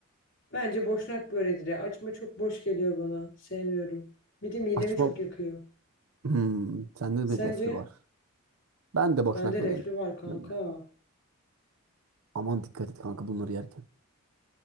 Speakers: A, on the left (about 55°); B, on the right (about 75°).
A: Bence boşnak böreğidir ya. Açma çok boş geliyor bana. Sevmiyorum. Bir de midemi
B: Açma.
A: çok yakıyor.
B: Hmm, sende
A: Sence?
B: bir reflü var. Ben de boşnak
A: Bende
B: böreğini
A: reflü
B: tercih
A: var kanka.
B: ediyorum. Aman dikkat et kanka bunları yerken.